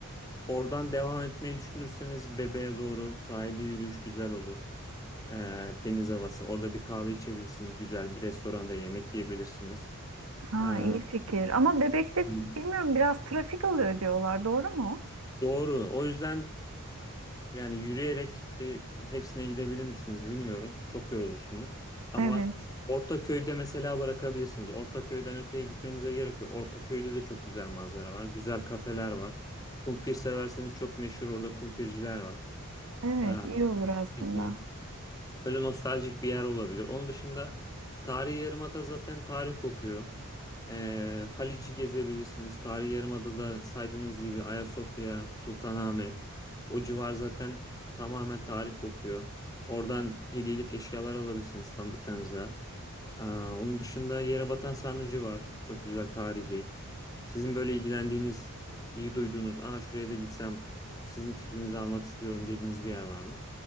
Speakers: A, on the left; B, on the right.
A: Oradan devam etmeyi düşünürseniz Bebe'ye doğru sahilde yürüyüş güzel olur. E, teniz havası. Orada bir kahve içebilirsiniz. Güzel bir restoranda yemek yiyebilirsiniz.
B: Ha
A: E,
B: iyi fikir. Ama Bebek'te
A: Hı.
B: bilmiyorum biraz trafik oluyor diyorlar. Doğru mu?
A: Doğru. O yüzden yani yürüyerek de hepsine gidebilir misiniz bilmiyorum. Çok yorulursunuz. Ama
B: Evet.
A: Ortaköy'de mesela bırakabilirsiniz. Ortaköy'den öteye gitmenize gerek yok. Ortaköy'de de çok güzel manzara var. Güzel kafeler var. Kumpir severseniz çok meşhur orada kumpirciler var.
B: Evet
A: Aa,
B: iyi olur aslında.
A: hı hı. Öyle nostaljik bir yer olabilir. Onun dışında Tarihi Yarımada zaten tarih kokuyor. Ee, Haliç'i gezebilirsiniz. Tarihi Yarımada'da saydığınız gibi Ayasofya, Sultanahmet. O civar zaten tamamen tarih kokuyor. Oradan hediyelik eşyalar alabilirsiniz tanıdıklarınıza. Ee, onun dışında Yerebatan Sarnıcı var. Çok güzel tarihi. Sizin böyle ilgilendiğiniz, iyi duyduğunuz, aa şuraya da gitsem sizin fikrinizi almak istiyorum dediğiniz bir yer var mı?